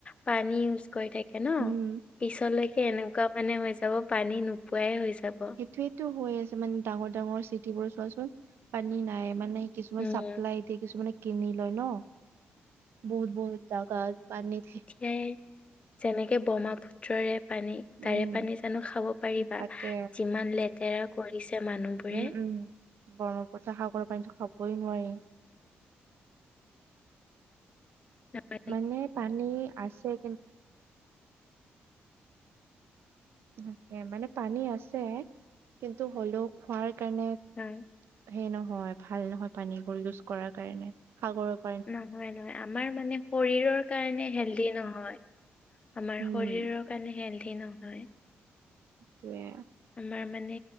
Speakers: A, on the left; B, on the right.
A: পানী', কৰি থাকে ন,
B: উম
A: পিছলৈকে এনেকুৱা মানে হৈ যাব পানী নোপোৱাই হৈ যাব।
B: এইটোয়েতো হৈ আছে মানে ডাঙৰ -ডাঙৰ চিটি বোৰ চোৱাচোন পানী নাই মানে কিছুমান
A: উম
B: চাপ্লাই দে কিছুমানে কিনি লয় ন' বহুত বহুত তাকাত পানীত থে
A: সেয়াই, যেনেকে ব্ৰহ্মাপুত্ৰৰে পানী', তাৰে
B: উম
A: পানী জানোঁ খাব পাৰিবা,
B: তাকে
A: যিমান লেতেৰা কৰিছে মানুহবোৰে',
B: উম উম ব্ৰহ্মপুত্ৰ, সাগৰৰ পানীতো খাবই নোৱাৰি',
A: নহয়',
B: মানে পানী আছে কিন তাকে মানে পানী আছে কিন্তু হ'লেও খোৱাৰ কাৰণে
A: হয়।
B: সেই নহয় ভাল নহয় পানী বোৰ ইউজ কৰাৰ কাৰণে সাগৰত
A: নহয় -নহয় আমাৰ মানে শৰীৰৰ কাৰণে হেলডি নহয়। আমাৰ
B: উম
A: শৰীৰৰ কাৰণে হেলথি নহয়।
B: টোয়ে,
A: আমাৰ মানে